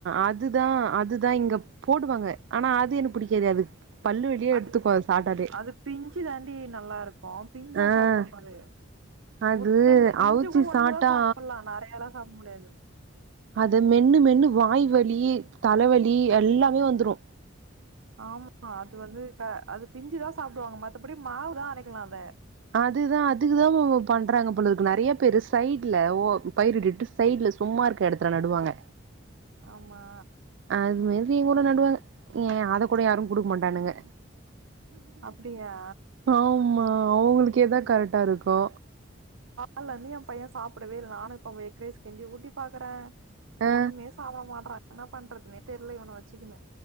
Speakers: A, on the right; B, on the right.
A: அ துதா அதுதா இங்க போடுவாங்க ஆனா அது எனக்கு புடிக்காது அது பல்லு வலியா
B: அது
A: எடுத்துக்கு சாப்ட்டாலே
B: அது பிஞ்சி தாண்டி நல்லாருக்கு பிஞ்சா
A: ஆ
B: சாப்புட்ணு அது
A: அது
B: முத்தண்ண மிஞ்சி
A: அவிச்சு
B: கூட ஒன்னு
A: சாப்ட்டா
B: தா சாப்பிட்லா நெறையா எல்லா சாப்பிட முடியாது
A: அத மென்னு மென்னு வாய்வலி தலவலி எல்லாமே வந்துரு
B: ஆமா அது வந்து த அது பிஞ்சுதா சாப்பிடுவாங்க மத்தபடி மாவுதா அரைக்கலா அத
A: அதுதா அதுக்குதா ப் ப் பண்றாங்க போலருக்கு நெறையா பேரு சைட்ல ஓ பயிர் இட்டுட்டு சைட்ல சும்மா இருக்கெடத்துல நடுவாங்க
B: ஆமா
A: அது மாதிரி எ கூட நடுவாங்க ஏ அத கூட யாரும் குடுக்க மாட்டானுங்க
B: அப்டியா
A: ஆமா அவங்களுக்கேதா கரெக்டா இருக்கு
B: அல்ல நீயம் பைய சாப்டவே இல்ல நானு இப்ப எக் ரைஸ் கஞ்சி ஊட்டி பாக்குறே
A: ஆ
B: ஒண்ணுமே சாப்பட மாட்டறே என்னா பண்றதுன்னே தெரியல இவன வச்சுக்குனு